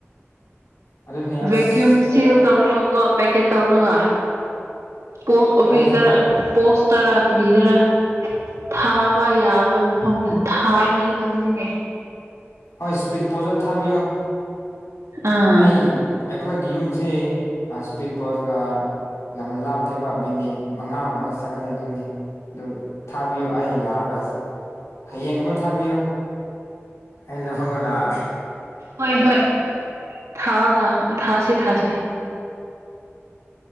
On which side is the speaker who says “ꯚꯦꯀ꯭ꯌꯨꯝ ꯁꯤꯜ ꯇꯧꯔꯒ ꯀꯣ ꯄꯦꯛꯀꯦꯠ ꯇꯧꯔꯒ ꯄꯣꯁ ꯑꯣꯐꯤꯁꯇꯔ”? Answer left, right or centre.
Right